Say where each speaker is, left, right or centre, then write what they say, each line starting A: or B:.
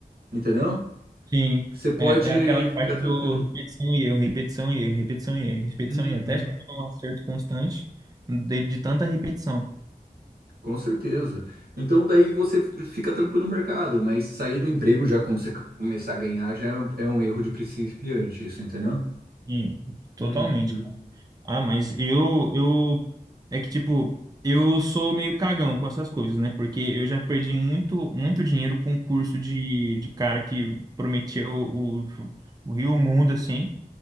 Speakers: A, on the right; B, on the right.
A: entendeu?
B: Sim.
A: Você pode
B: É, é aquela parte
A: ficar tranquilo.
B: do repetição e erro, repetição e erro, repetição e erro, repetição
A: Uhum,
B: e erro, até chegar num acerto constante de, de tanta repetição.
A: com certeza. Então, daí você fica tranquilo no mercado, mas sair do emprego já, como você c- começar a ganhar, já é um é um erro de principiante, isso, entendeu?
B: Sim, totalmente.
A: Uhum,
B: cara. Ah, mas eu, eu, é que tipo, eu sou meio cagão com essas coisas, né? Porque eu já perdi muito, muito dinheiro com um curso de, de cara que prometia o, o, o Rio e o Mundo, assim,